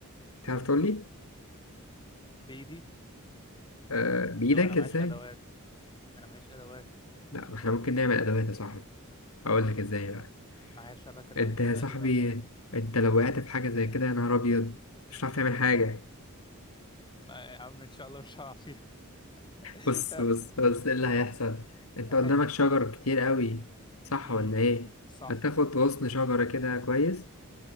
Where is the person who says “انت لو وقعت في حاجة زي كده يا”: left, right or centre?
Left